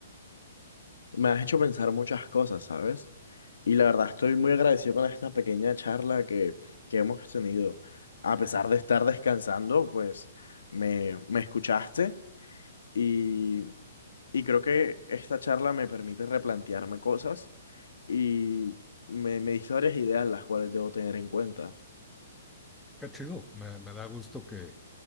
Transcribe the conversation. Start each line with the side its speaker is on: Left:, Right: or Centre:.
Left: Me has hecho pensar muchas cosas, ¿sabes? Y la verdad estoy muy agradecido con esta pequeña charla que, que hemos tenido. A pesar de estar descansando, pues me, me escuchaste y, y creo que esta charla me permite replantearme cosas y me, me diste varias ideas las cuales debo tener en cuenta.
Centre: Qué chido, me, me da gusto que.